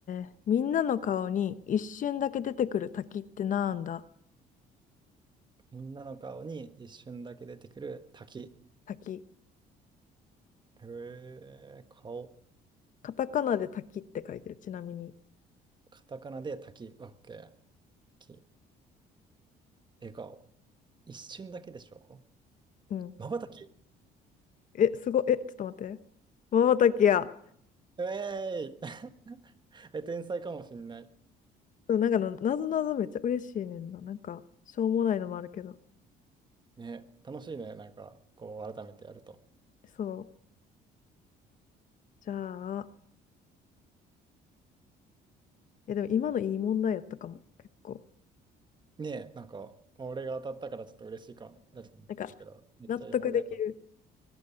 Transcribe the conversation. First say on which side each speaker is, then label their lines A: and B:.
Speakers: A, on the left; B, on the right.
A: ー、みんなの顔に一瞬だけ出てくる滝ってなんだ
B: みんなの顔に一瞬だけ出てくる滝。
A: 滝。
B: うえー、顔。
A: カタカナで滝って書いてる、ちなみに。
B: カタカナで滝。オッケー。滝。笑顔。一瞬だけでしょ
A: うん。
B: まばたき。
A: え、すご、え、ちょっと待って。まばたきや。
B: うえーいえ、天才かもしんない。
A: そう、なんかの、なぞなぞめっちゃ嬉しいねんな。なんか、しょうもないのもあるけど。
B: ね、楽しいね。なんか、こう、改めてやると。
A: そう。じゃあ、いやでも今のいい問題やったかも、結構。
B: ねえ、なんか、俺が当たったからちょっと嬉しいかも。だけ
A: なんか、
B: ど、めっちゃいい問題だった。
A: 納得できる。